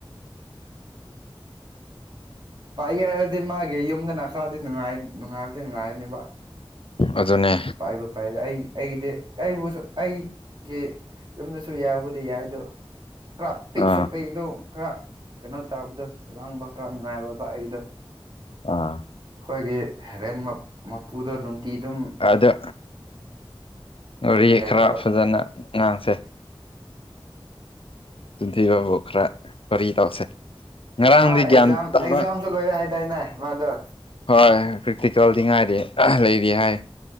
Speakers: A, on the right (about 50°); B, on the left (about 70°).
A: ꯄꯥꯏꯒꯦ ꯍꯥꯏꯔꯗꯤ ꯃꯥꯒꯤ ꯌꯨꯝꯗꯅ ꯈꯔꯗꯤꯅꯨꯡꯉꯥꯏ ꯅꯨꯡꯉꯥꯏꯕꯗꯤ ꯅꯨꯡꯉꯥꯏꯅꯦꯕ
B: ꯑꯗꯨꯅꯦ
A: ꯄꯥꯏꯕ ꯄꯥꯏꯗ ꯑꯩ ꯑꯩꯒꯤꯗꯤ ꯑꯩꯕꯨꯁꯨ ꯑꯩꯒꯤ ꯌꯨꯝꯗꯁꯨ ꯌꯥꯕꯨꯗꯤ ꯌꯥꯏꯗ ꯈꯔ ꯄꯤꯛꯁꯨ
B: ꯑꯥ
A: ꯄꯤꯛ ꯑꯗꯨ ꯈꯔ ꯀꯩꯅꯣ ꯇꯥꯕꯗꯣ ꯂꯥꯡꯕ ꯈꯔ ꯅꯨꯡꯉꯥꯏꯔꯕ ꯑꯩꯗꯣ
B: ꯑꯥ
A: ꯑꯩꯈꯣꯏꯒꯤ ꯍꯦꯔꯦꯟ ꯃꯄꯨꯗꯣ ꯅꯨꯡꯇꯤꯗꯨꯝ
B: ꯑꯗꯣ ꯔꯤ
A: ꯕꯤꯜ ꯂꯩꯇꯦꯕ
B: ꯈꯔ ꯐꯖꯅ ꯉꯥꯡꯁꯦ ꯤꯟꯊꯤ ꯕꯨ ꯈꯔ ꯋꯥꯔꯤ ꯇꯧꯁꯦ ꯉꯔꯥꯡꯗꯤ
A: ꯃꯥ ꯑꯦꯛꯖꯥꯝ
B: ꯒ꯭ꯌꯥꯟ ꯇꯥꯕ
A: ꯑꯦꯛꯖꯥꯝꯁꯨ ꯂꯣꯏꯔꯦ ꯍꯥꯏꯗꯥꯏꯅꯦ ꯃꯥꯗꯣ
B: ꯍꯣꯏ ꯄ꯭ꯔꯦꯛꯇꯤꯀꯦꯜꯗꯤ ꯉꯥꯏꯔꯤ ꯂꯩꯔꯤ ꯍꯥꯏ